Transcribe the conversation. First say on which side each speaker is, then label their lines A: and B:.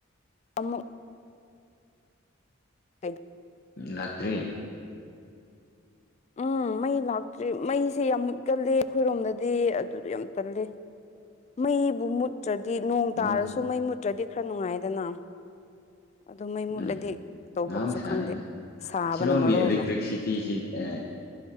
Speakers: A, on the left; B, on the left.
A: ꯑꯃꯨꯛ <unintelligible>
B: ꯂꯥꯛꯇ꯭ꯔꯦ
A: ꯎꯝ ꯃꯩ ꯂꯥꯛꯇ꯭ꯔꯤ ꯃꯩꯁꯦ ꯌꯥꯝ ꯃꯨꯠꯀꯜꯂꯦ ꯑꯈꯣꯏꯔꯣꯝꯗꯗꯤ ꯑꯗꯨꯗꯣ ꯌꯥꯝ ꯇꯜꯂꯦ ꯃꯩꯕꯨ ꯃꯨꯠꯇ꯭ꯔꯗꯤ ꯅꯣꯡ
B: ꯃꯍꯧ
A: ꯇꯥꯔꯁꯨ ꯃꯩ ꯃꯨꯠꯇ꯭ꯔꯗꯤ ꯈꯔ ꯅꯨꯡꯉꯥꯏꯗꯅꯥ ꯑꯗꯣ ꯃꯩ ꯃꯨꯠꯂꯗꯤ
B: ꯎꯝ
A: ꯇꯧꯐꯝꯁꯨ
B: ꯃꯍꯧꯁꯥꯅꯤꯅꯦ
A: ꯈꯪꯗꯦ ꯁꯥꯕꯅ
B: ꯁꯤꯔꯣꯝꯒꯤ
A: ꯃꯔꯣꯜ
B: ꯑꯦꯂꯦꯛꯇ꯭ꯔꯤꯛꯁꯤꯇꯤꯖꯤ
A: ꯑꯃ
B: ꯑꯥ